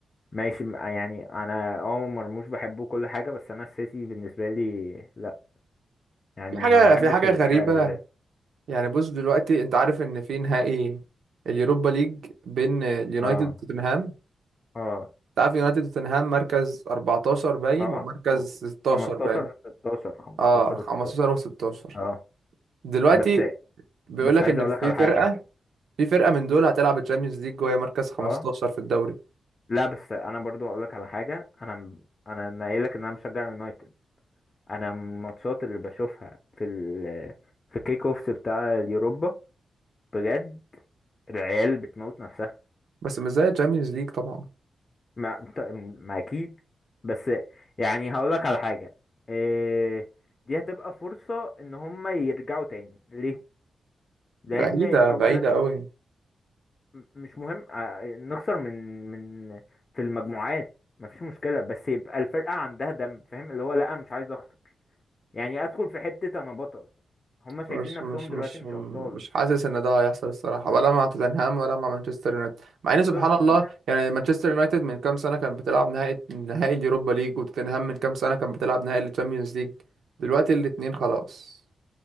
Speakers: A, on the left; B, on the right.
A: ماشي م- يعني انا اه مرموش بحبه كل حاجه بس انا السيتي بالنسبه لي لا يعني
B: في حاجة
A: ما بحبش
B: في حاجة
A: الفرق
B: غريبة
A: اللي زي
B: يعني بص دلوقتي انت عارف ان في نهائي اليوروبا ليج بين اليونايتد
A: اه
B: وتوتنهام
A: اه
B: تعرف يونايتد وتوتنهام مركز 14 باين
A: اه
B: ومركز
A: و-
B: 16
A: 15
B: باين
A: و16 15
B: اه 15
A: و16
B: و16
A: اه
B: دلوقتي
A: بس
B: بيقول
A: بس
B: لك
A: عايز
B: ان
A: اقول
B: في
A: لك على
B: فرقة
A: حاجه
B: في فرقة من دول هتلعب الشامبيونز ليج وهي مركز 15
A: اه
B: في الدوري
A: لا بس انا برضو هقول لك على حاجه انا م- انا نايل لك ان انا مشجع يونايتد انا من الماتشات اللي بشوفها في ال في الكيك اوفس بتاع اليوروبا بجد العيال بتموت نفسها
B: بس مش زي الشامبيونز ليج طبعا
A: ما, بت- ما اكيد بس يعني هقولك على حاجة إيه دي هتبقى فرصة ان هم يرجعوا تاني ليه لان
B: بعيدة
A: اولا
B: بعيدة قوي
A: م- مش مهم آه، نخسر من من في المجموعات مفيش مشكلة بس يبقى الفرقة عندها دم فاهم اللي هو لا مش عايز اخسر يعني ادخل في حتة انا بطل هم شايفين
B: مش
A: نفسهم
B: مش
A: دلوقتي
B: مش
A: مش ابطال
B: مش حاسس ان ده هيحصل الصراحة ولا مع توتنهام ولا مع مانشستر يونايتد مع ان سبحان
A: تو- توتنهام
B: الله يعني مانشستر يونايتد من كام سنة كان بتلعب نهائي نهائي اليوروبا ليج وتوتنهام من كام سنة كان بتلعب نهائي الشامبيونز ليج دلوقتي الاتنين خلاص